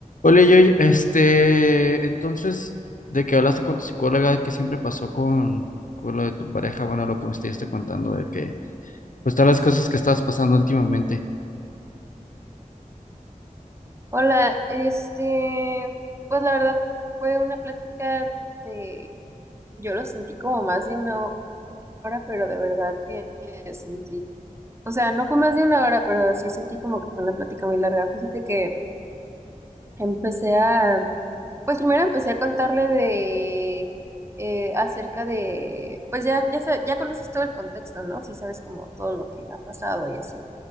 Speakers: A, on the left; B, on the right.
A: Oye, yo, este, entonces, de que hablaste con tu psicóloga, ¿qué siempre pasó con, con lo de tu pareja? Bueno, lo que me estuviste contando de que, pues, todas las cosas que estabas pasando últimamente.
B: Hola, este, pues la verdad fue una plática de, yo lo sentí como más de una hora, pero de verdad que sentí, o sea, no fue más de una hora, pero sí sentí como que fue una plática muy larga. Fíjate que empecé a, pues primero empecé a contarle de, eh, acerca de, pues ya, ya, sa- ya conoces todo el contexto, ¿no? Si sabes como todo lo que ha pasado y así,